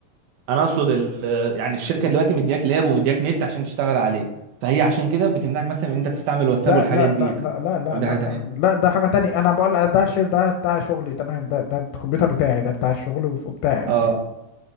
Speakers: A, on the right; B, on the left.
A: انا اقصد ال... آه، يعني الشركه دلوقتي مدياك لاب ومدياك نت عشان تشتغل عليه فهي عشان كده بتمنعك مثلا ان انت تستعمل واتساب
B: لا
A: والحاجات
B: لا
A: دي
B: لا
A: يعني
B: لا لا لا
A: ولا
B: لا
A: دي حاجه
B: لا
A: تانيه
B: لا ده حاجة تانية أنا بقول ده الشير ده بتاع شغلي تمام ده ده الكمبيوتر بتاعي ده بتاع الشغل وبتاع يعني
A: اه